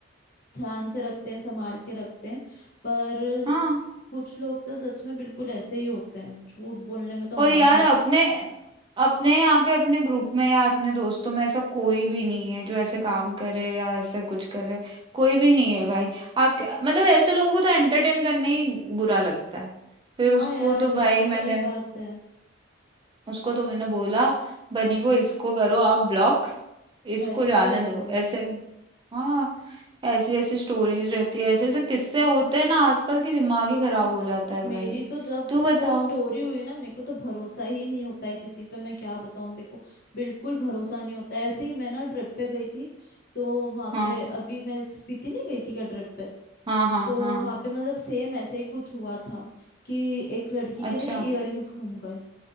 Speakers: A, on the left; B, on the right.
A: ध्यान से रखते हैं संभाल के रखते हैं पर
B: हाँ
A: कुछ लोग तो सच में बिल्कुल ऐसे ही होते हैं झूठ बोलने में तो
B: और
A: माहिर
B: यार अपने अपने यहाँ पे अपने ग्रुप में या अपने दोस्तों में ऐसा कोई भी नहीं है जो ऐसे
A: हम्म
B: काम करे या ऐसे कुछ करे कोई भी नहीं है भाई आप क्या- मतलब ऐसे लोगों को तो एंटरटेन करने ही बुरा लगता है फिर
A: हाँ
B: उसको
A: यार
B: तो
A: वही
B: भाई मैंने
A: सही बात है
B: उसको तो मैंने बोला बनी को इसको करो आप ब्लॉक इसको
A: ऐसा
B: जाने
A: ही होता
B: दो
A: है
B: ऐसे हाँ ऐसी ऐसी स्टोरीज रहती है ऐसे ऐसे किस्से होते हैं ना आसपास की दिमाग ही खराब हो जाता है भाई
A: मेरी तो जब
B: तू
A: से
B: बताओ
A: वो स्टोरी हुई ना मेरे को तो भरोसा ही नहीं होता है किसी पे मैं क्या बताऊं देखो बिल्कुल भरोसा नहीं होता है ऐसे ही मैं ना ट्रिप पे गई थी तो वहां
B: हाँ
A: पे अभी मैं स्पीति नहीं गई थी क्या ट्रिप पे
B: हाँ हाँ
A: तो
B: हाँ
A: वहां
B: हाँ
A: पे मतलब सेम ऐसे ही कुछ हुआ था कि एक लड़की के
B: अच्छा
A: ना इयररिंग्स घूम गए